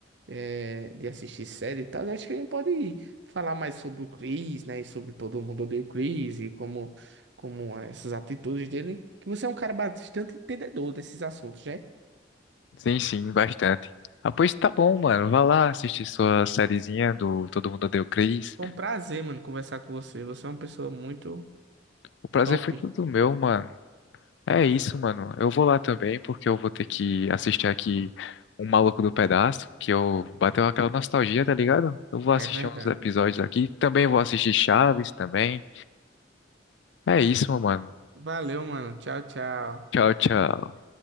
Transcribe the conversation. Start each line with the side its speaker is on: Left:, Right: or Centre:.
Right: é, de assistir série e tal, eu acho que a gente pode falar mais sobre o Chris, né? E sobre todo mundo odeia o Chris, e como, como é essas atitudes dele. Que você é um cara bastante entendedor desses assuntos, né?
Left: Sim, sim, bastante. Ah, pois tá bom, mano. Vá lá assistir sua sériezinha do Todo Mundo Odeia o Chris.
Right: Foi um prazer, mano, conversar com você. Você é uma pessoa muito
Left: O prazer
Right: top.
Left: foi todo meu, mano. É isso, mano. Eu vou lá também, porque eu vou ter que assistir aqui Um Maluco do Pedaço, que eu bateu aquela nostalgia, tá ligado? Eu vou
Right: É
Left: assistir
Right: verdade.
Left: uns episódios aqui. Também vou assistir Chaves também. É isso, mano.
Right: Valeu, mano. Tchau, tchau.
Left: Tchau, tchau.